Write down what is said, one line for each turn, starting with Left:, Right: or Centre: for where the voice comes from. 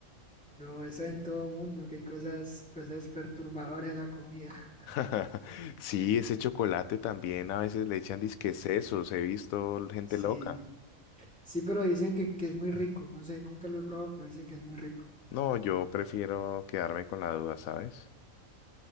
Centre: No, eso en todo mundo, que hay cosas, cosas perturbadoras en la comida. <laughs>
Left: <laughs> Sí, ese chocolate también a veces le echan disque sesos, he visto gente
Centre: Sí,
Left: loca.
Centre: sí, pero dicen que, que es muy rico. No sé, nunca lo he probado, pero dicen que es muy rico.
Left: No, yo prefiero quedarme con la duda, ¿sabes?